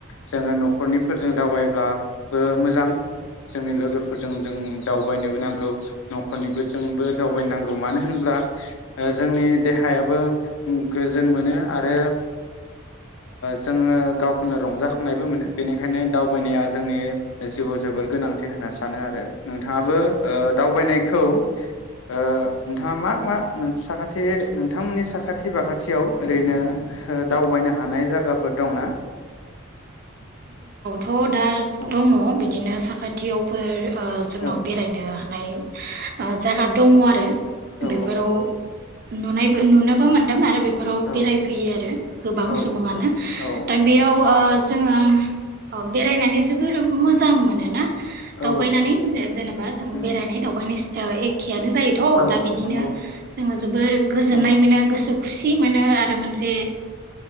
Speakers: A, on the left; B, on the right.
A: जोङो न'खरनिफोरजों दावबायब्ला ब मोजां जोंनि लोगोफोरजों जों दावबायनोबो नांगौ न'खरनिफोरजोंबो दावबाय नांगौ मानो होनब्ला जोंनि देहायाबो गोजोन मोनो आरो जोङो गावखौनो रंजाखांनायबो मोनो बेनिखायनो दावबायनाया जोंनि जिउआव जोबोर गोनांथि होनना सानो आरो नोंथाङाबो ओ दावबायनायखौ ओ नोंथाङा मा मा साखाथि नोंथांमोननि साखाथि बाखाथियाव ओरैनो दावबायनो हानाय जायगाफोर दंना
B: अ' दा
A: औ
B: दङ बिदिनो साखाथि थियावफोर ओ जोंनाव
A: औ
B: बेरायनो हानाय जायगा दङ आरो
A: औ
B: बेफोराव नुनायबो नुनोबो मोनदों आरो बेफोराव
A: औ
B: बेरायफैयो आरो गोबां
A: औ
B: सुबुङानो
A: औ
B: दा बेयाव ओ जोङो बेरायनानै जोबोर मोजां मोनोना
A: औ
B: दावबायनानै जेनेबा जों
A: उम
B: बेरायनाय दावबायनो नो जायोथ'
A: औ
B: दा बिदिनो
A: नंगौ
B: जोङो जोबोर गोजोन्नाय
A: औ
B: मोनो गोसोखौ खुसि मोनो आरो मोनसे